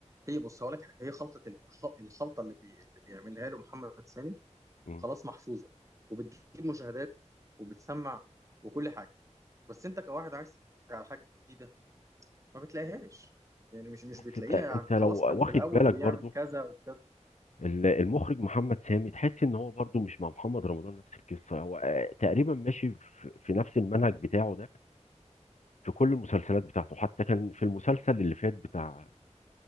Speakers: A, on the right; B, on the left.
A: هي بص هقول لك حاجه هي خلطه الخ- الخلطه اللي بي... اللي بيعملها له محمد سامي
B: مم.
A: خلاص محفوظه وبتجيب مشاهدات وبتسمع وكل حاجه بس انت كواحد عايز تتفرج على حاجه جديده ما بتلاقيهاش يعني مش مش
B: بس
A: بتلاقيها
B: انت انت
A: يعني
B: لو
A: خلاص
B: واخد
A: كان في الاول
B: بالك
A: بيعمل
B: برضو
A: كذا وكذا
B: ال- المخرج محمد سامي تحس ان هو برضو مش مع محمد رمضان نفس القصه هو آه، تقريبا ماشي في في نفس المنهج بتاعه ده في كل المسلسلات بتاعته حتى كان في المسلسل اللي فات بتاع